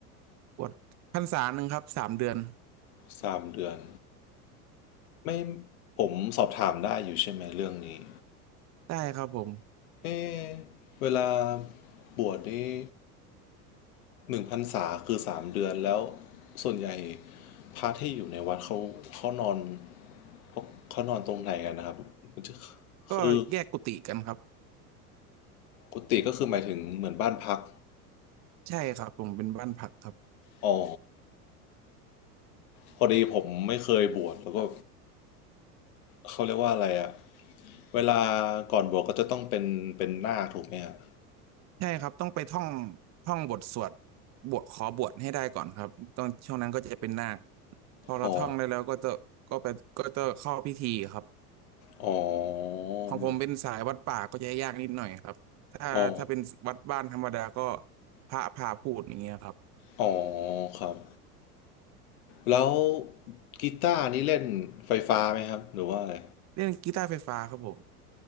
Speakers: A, on the right; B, on the left.
A: บวชพรรษาหนึ่งครับสามเดือน
B: สามเดือนไม่ผมสอบถามได้อยู่ใช่ไหมเรื่องนี้
A: ได้ครับผม
B: เอะเวลาบวชนี่หนึ่งพรรษาคือสามเดือนแล้วส่วนใหญ่พระที่อยู่ในวัดเขาเขานอนเขาเขานอนตรงไหนกันนะครับมันจะ
A: ก็แยกกุฏิกันครับ
B: คือกุฏิก็คือหมายถึงเหมือนบ้านพัก
A: ใช่ครับผมเป็นบ้านพักครับ
B: อ๋อพอดีผมไม่เคยบวชแล้วก็เขาเรียกว่าอะไรอะเวลาก่อนบวชก็จะต้องเป็นเป็นนาคถูกไหมฮะ
A: ใช่ครับต้องไปท่องท่องบทสวดบวชขอบวชให้ได้ก่อนครับตอนช่วงนั้นก็จะเป็นนาคพอเราท่องได้แล้วก็จะก็ไปก็จะเข้าพิธีครับ
B: อ๋ออ๋อแบบ
A: ของผมเป็นสายวัดป่าก็จะยากนิดหน่อยครับถ้าถ้าเป็นวัดบ้านธรรมดาก็
B: อ๋อ
A: พระพาพูดอย่างเงี้ยครับ
B: อ๋อครับ แล้วกีตาร์นี่เล่นไฟฟ้าไหมครับหรือว่าอะไร
A: เล่นกีตาร์ไฟฟ้าครับผม